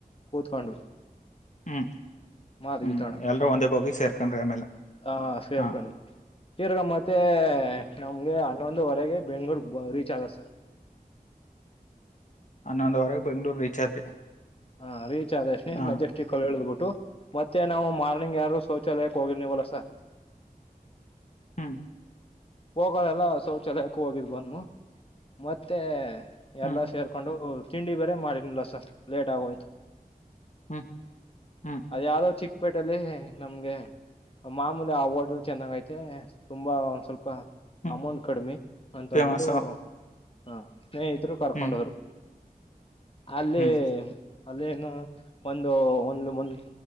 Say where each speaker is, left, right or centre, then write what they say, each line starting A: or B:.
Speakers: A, on the left; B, on the left.
A: ಕೂತ್ಕೊಂಡ್ವಿ.
B: ಹ್ಞೂ
A: ಮಾತುಗೀತ
B: ಹ್ಞೂ
A: ಆಡೋಕೆ
B: ಎಲ್ಲರೂ ಒಂದೇ ಭೋಗಿ ಸೇರ್ಕೊಂಡ್ರಿ ಆಮೇಲೆ
A: ಆ ಸೇರ್ಕೊಂಡ್ವಿ
B: ಹಾಂ.
A: ತಿರ್ಗ ಮತ್ತೆ ನಮ್ಗೆ ಹನ್ನೊಂದುವರೆಗೆ ಬೆಂಗಳೂರ್ಗೆ ರೀಚ್ ಆದ್ವಿ ಸರ್.
B: ಹನ್ನೊಂದವರೆಗೆ ಬೆಂಗ್ಳೂರು ರೀಚ್ ಆದ್ರಿ.
A: ಹಾ ರೀಚ್ ಆದೇ ಅಷ್ಟೇ
B: ಹಾ
A: ಮೆಜೆ ಕಳ್ಬಿಟ್ಟು ಮತ್ತೆ ನಾವು ಮಾರ್ನಿಂಗ್ ಯಾರು ಶೌಚಾಲಯಕ್ಕೆ ಹೋಗಿರ್ನವಲ್ಲ ಸರ್. <inaudible>
B: ಹ್ಮ.
A: ಹೋಗೊರೆಲ್ಲ ಶೌಚಾಲಯಕ್ಕೆ ಹೋಗಿದ್ ಬಂದ್ಮ ಮತ್ತೆ
B: ಹ್ಮ್
A: ಎಲ್ಲಾ ಸೇರ್ ಕೊಂಡು ತಿಂಡಿ ಬೇರೆ ಮಾಡನಿಲ್ಲ ಸರ್ ಲೇಟ್ ಆಗೋಯ್ತು.
B: ಹ್ಮ ಹ್ಮ
A: ಅದ ಯಾವ್ದೋ ಚಿಕ್ಕಪೇಟೆಲ್ಲಿ ನಮ್ಗೆ ಮಾಮೂಲಿ ಆ ಹೋಟೆಲ್ ಚೆನ್ನಾಗ ಐತೆ ತುಂಬಾ ಒಂದ್ ಸ್ವಲ್ಪ
B: ಹ್ಮ್
A: ಅಮೌಂಟ್ ಕಡಿಮಿ ಅಂತ
B: ಫೇಮಸ್
A: ಅಂದಬಿಟ್ಟು ಅ ಸ್ನೇಹಿತರು ಕರ್ಕೊಂಡೊದ್ರು.
B: ಹ್ಮ್
A: ಅಲ್ಲಿ
B: ಹ್ಮ್
A: ಅಲ್ಲಿ ಏನು ಒಂದು ಒಂದುಂದ